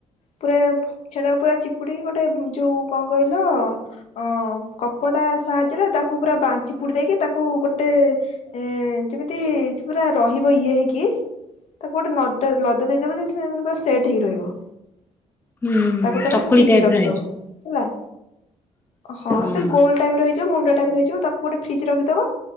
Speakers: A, on the left (about 65°); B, on the left (about 15°).
A: ପୁରା ଫ୍ ଛେନା କୁ ପୁରା ଚିପୁଡିକି ଗୋ ଟ ଯୋଉ କଣ କହିଲ ଅ କପଡା ସାହାଯ୍ୟରେ ତାକୁ ପୁରା ବା ଚିପୁଡି ଦେଇକି ତାକୁ ଗୋଟେ ଏ ଯେମିତି ସେ ପୁରା ରହିବ ଇଏ ହେଇକି ତାକୁ ଗୋଟେ ନଦା ଲଦା ଦେଇଦେବ ଯେ ସେ। ପୁରା ସେଟ୍ ହେଇ ରହିବ
B: ହୁଁ
A: ତାକୁ ତାପରେ
B: ଚକୁଳି
A: ଫ୍ରିଜରେ
B: ଟାଇପ
A: ରଖିଦବ
B: ର ହେଇଯିବ
A: ହେଲା। ହଁ
B: ହୁଁ
A: ସେ ଗୋଲ ଟାଇପ ଇିବ ମୁଣ୍ଡା ଟାଇପର ର ହେଇ ଯିବ ଗୋଟେ ଫିଜ୍ରରେ ରଖିଦବା।